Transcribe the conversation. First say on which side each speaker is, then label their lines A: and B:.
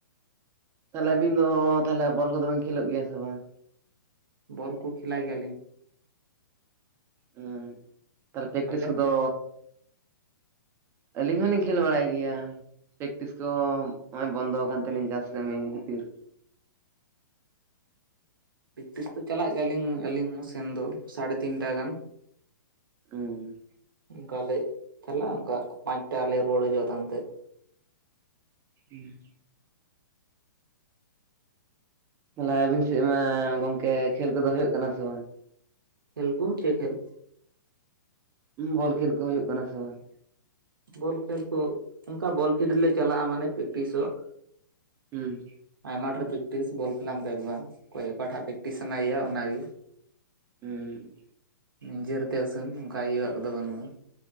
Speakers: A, on the right; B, on the right.
A: ᱛᱟᱦᱚᱞᱮ ᱟᱵᱤᱱ ᱫᱚ ᱛᱟᱦᱚᱞᱮ ᱵᱚᱞ ᱠᱚᱫᱚ ᱵᱤᱱ ᱠᱷᱮᱞᱳᱜ ᱜᱮᱭᱟ ᱥᱮ ᱵᱟᱝ
B: ᱵᱚᱞ ᱠᱚ ᱠᱷᱮᱞᱟᱭ ᱜᱮᱭᱟ ᱞᱤᱧ
A: ᱦᱩᱸ ᱛᱟᱦᱚᱞᱮ ᱯᱮᱠᱴᱤᱥ
B: ᱟᱵᱮᱱ
A: ᱠᱚᱫᱚ ᱟᱹᱞᱤᱧ ᱦᱚᱞᱤᱧ ᱠᱷᱮᱞ ᱵᱟᱲᱟᱭ ᱜᱮᱭᱟ᱾ ᱯᱮᱠᱴᱤᱥ ᱠᱚᱢ ᱱᱚᱜᱼᱚᱭ ᱵᱚᱱᱫᱚ ᱟᱠᱟᱱ ᱛᱟᱹᱞᱤᱧ ᱪᱟᱥ ᱠᱟᱹᱢᱤ ᱠᱷᱟᱹᱛᱤᱨ
B: ᱯᱮᱠᱴᱤᱥ ᱫᱚ ᱪᱟᱞᱟᱜ ᱜᱮᱭᱟ ᱞᱤᱧ ᱟᱹᱞᱤᱧ ᱦᱚᱸ ᱥᱮᱱ ᱫᱚ ᱥᱟᱲᱮ ᱛᱤᱱᱴᱟ ᱜᱟᱱ
A: ᱦᱩᱸ
B: ᱚᱝᱠᱟ ᱞᱮ ᱪᱟᱞᱟᱜ-ᱟ ᱚᱱᱠᱟ ᱯᱟᱸᱪᱴᱟ ᱨᱮᱞᱤ ᱨᱩᱣᱟᱹᱲ ᱦᱟᱹᱡᱩᱜ ᱛᱟᱲᱟᱢ ᱛᱮ
A: <unintelligible> ᱞᱟᱭ ᱵᱤᱱ ᱥᱮ ᱢᱟ ᱜᱚᱝᱠᱮ ᱠᱷᱮᱞ ᱠᱚᱫᱚ ᱦᱩᱭᱩᱜ ᱠᱟᱱᱟ ᱥᱮ ᱵᱟᱝ
B: ᱠᱷᱮᱞ ᱠᱩ ᱪᱮᱫ ᱠᱷᱮᱞ
A: ᱵᱚᱞ ᱠᱷᱮᱞ ᱠᱚ ᱦᱩᱭᱩᱜ ᱠᱟᱱᱟ ᱥᱮ ᱵᱟᱝ
B: ᱵᱚᱞ ᱠᱷᱮᱞ ᱠᱚ ᱚᱱᱠᱟ ᱵᱚᱞ ᱯᱷᱤᱰ ᱨᱮᱞᱮ ᱪᱟᱞᱟᱜᱼᱟ ᱢᱟᱱᱮ ᱯᱮᱠᱴᱤᱥᱚᱜ
A: ᱦᱩᱸ
B: ᱟᱭᱢᱟ ᱰᱷᱮᱨ ᱯᱮᱠᱴᱤᱥ ᱵᱚᱞ ᱠᱷᱮᱞᱟᱢ ᱫᱮᱠ ᱵᱟ ᱚᱠᱚᱭ ᱚᱠᱟᱴᱟᱜ ᱯᱮᱠᱴᱤᱥ ᱥᱟᱱᱟᱭ ᱮᱭᱟ ᱚᱱᱟ ᱜᱮ
A: ᱦᱩᱸ
B: ᱱᱤᱡᱮᱨ ᱛᱮ ᱩᱥᱟ. ᱱ ᱚᱱᱠᱟ ᱤᱭᱟ. ᱣᱟᱜ ᱠᱚᱫᱚ ᱵᱟᱹᱱᱩᱜᱼᱟ᱾